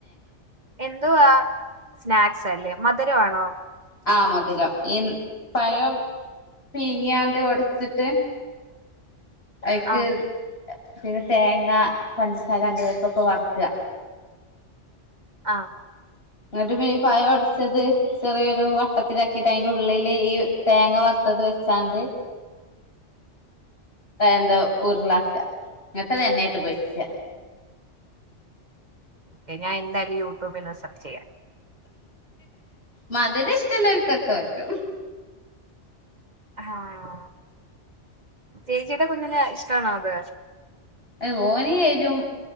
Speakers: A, on the right; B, on the left.
A: എന്തുവാ സ്നാക്സ് അല്ലേ മധുരവാണോ?
B: ആഹ് മധുരം ഈ പയം പീങ്ങിയാണ്ട് ഒടച്ചിട്ട്. ആയിക്ക്
A: ആഹ്
B: പിന്നെ തേങ്ങ പഞ്ചസാര അണ്ടിപരിപ്പൊക്കെ വർക്കുക
A: ആ
B: എങ്ങട്ട് പീ പയം ഉടച്ചത് ചെറിയൊരു വട്ടത്തിലാക്കിട്ട് അയന്റെ ഉള്ളില് ഈ തേങ്ങ വർ മുത്തത് വെച്ചാണ്ട് എഹ് എന്താ ഉരുളാക്ക ന്നട്ട് അത് എണ്ണേട്ട് പോരിക്ക്യ.
A: ഓക്കെ ഞാൻ എന്തായാലും യൂട്യൂബന്ന് സെർച്ച് ചെയ്യാം.
B: മതുരഷ്ടല്ലോൽക്കൊക്ക പറ്റും.
A: ആഹ് ചേച്ചിട്ടാ കുഞ്ഞ് ഇഷ്ടണോ അത്
B: ഏഹ് ഓന് എരുവും